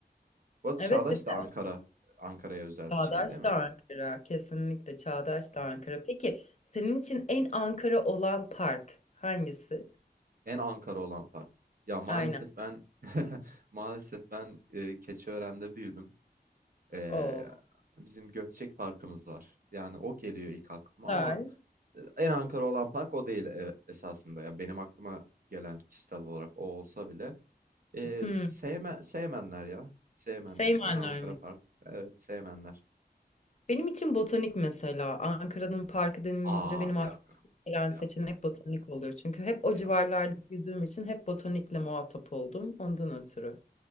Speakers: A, on the right (about 55°); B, on the left (about 45°).
A: Bu arada
B: Evet
A: Çağdaş
B: değil
A: da Ankara,
B: mi?
A: Ankara'ya özel
B: Çağdaş
A: bir şey değil mi?
B: da Ankara. Kesinlikle Çağdaş
A: Hı.
B: da Ankara. Peki senin için en Ankara olan park hangisi?
A: En Ankara olan park. Ya maalesef
B: Aynen.
A: ben <laughs> maalesef ben e, Keçiören'de büyüdüm. E,
B: Oo,
A: bizim Gökçek Parkımız var. Yani o geliyor ilk aklıma
B: güzel.
A: ama e, en Ankara olan park o değil e, esasında. Yani benim aklıma gelen kişisel olarak o olsa bile Ee,
B: Hmm.
A: sevme, sevmenler ya. Sevmenler.
B: Seymenler
A: En Ankara
B: mi?
A: Park. Evet, sevmenler.
B: Benim için botanik mesela. Ankara'nın parkı denilince
A: Aa
B: benim
A: bir
B: aklıma
A: dakika.
B: gelen
A: Bir
B: seçenek
A: dakika.
B: botanik oluyor. Çünkü hep o
A: Bir
B: civarlarda
A: dakika.
B: büyüdüğüm için hep botanikle muhatap oldum. Ondan ötürü.